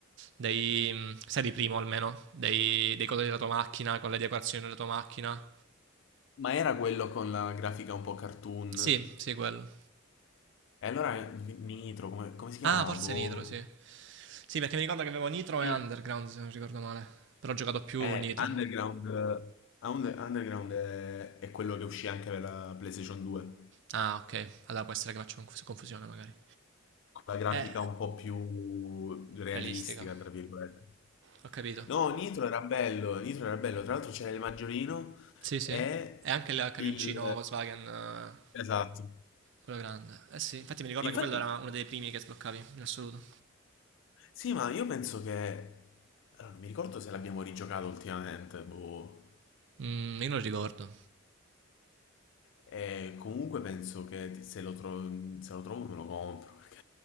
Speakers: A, on the right; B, on the left.
A: Dei, sei di primo almeno, dei, dei colori della tua macchina, con le decorazioni della tua macchina.
B: Ma era quello con la grafica un po' cartoon?
A: Sì, sì, quello.
B: E allora Ni- Nitro, come, come si
A: Ah,
B: chiamava?
A: forse
B: Boh.
A: Nitro, sì. Sì, perché mi ricordo che avevo Nitro
B: Sì.
A: e Underground, se non ricordo male. Però ho giocato più
B: Eh,
A: Nitro.
B: Underground, eh, Under- Underground è, è quello che uscì anche per la PlayStation 2.
A: Ah, ok. Allora può essere che faccio conf- confusione, magari.
B: la grafica
A: Eh,
B: un po' più realistica,
A: realistica.
B: tra virgolette.
A: Ho capito.
B: No, Nitro era bello, Nitro era bello. Tra l'altro c'era il Maggiolino
A: Sì, sì.
B: e
A: E anche il camioncino
B: il...
A: Volkswagen, eh,
B: Esatto.
A: quello grande. Eh sì, infatti mi ricordo
B: Infatti,
A: che quello era uno dei primi che sbloccavi, in assoluto.
B: sì, ma io penso che... Allora, non mi ricordo se l'abbiamo rigiocato ultimamente, boh.
A: Mm, io non ricordo.
B: E comunque penso che ti- se lo, tro- se lo trovo me lo compro, perché